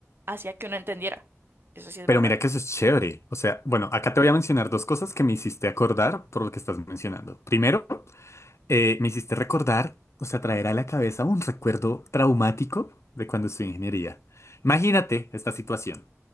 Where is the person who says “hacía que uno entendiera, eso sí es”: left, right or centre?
Right